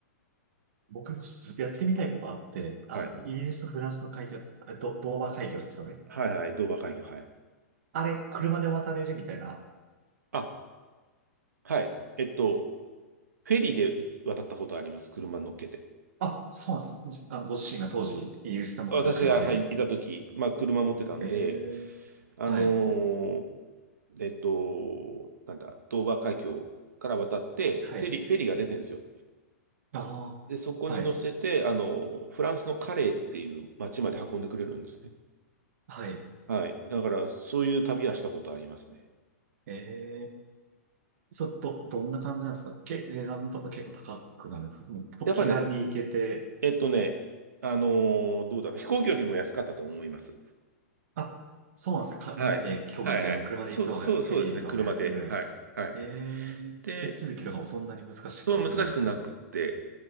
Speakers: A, on the right; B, on the right.
A: 僕、ちょっとやってみたいことあって、あ、
B: はい。
A: イギリスとフランスの海峡、えっと、ドーバー海峡ですよね。
B: はいはい。ドーバー海峡。はい。
A: あれ、車で渡れるみたいな。
B: あ、はい。えっと、フェリーでい渡ったことあります。車乗っけて。
A: あ、そうなんです。あの、ご自身が当時、イギリスで持ってた車で。
B: 私が、はい、いたとき、まあ、車持ってたんで、
A: ええ
B: あのー
A: はい。
B: えっと、なんだ、ドーバー海峡から渡って、
A: はい。
B: フェリー、フェリーが出てるんですよ。
A: あ
B: で、そこに乗せて、
A: あ、はい。
B: あの、フランスのカレーっていう町まで運んでくれるんですね。
A: はい。
B: はい。だから、そういう旅はしたことありますね。
A: ええちょっと、どんな感じなんですかけ、値段とか結構高くなるんですかもうちょっと気軽に行けて。
B: やっぱね、えっとね、あのーどうだろう、飛行機よりも安かったと思います。
A: あ、そうなんですね。か、
B: はい。
A: みんなで飛行機で行くよりも車で行った方が、
B: はいはい。そう、そう、そうですね。
A: フェリーで行った方が安いぐらい。
B: 車で。はい。はい。
A: ええ手続きとかもそんなに難しいこともない。
B: で、そう難しくなくって、